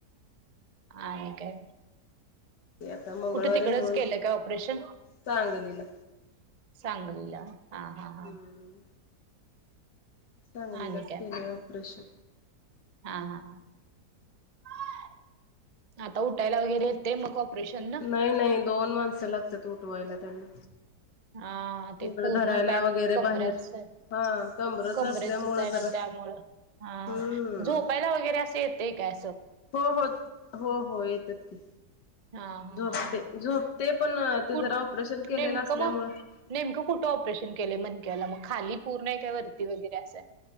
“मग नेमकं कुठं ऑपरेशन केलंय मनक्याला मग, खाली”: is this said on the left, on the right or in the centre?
Right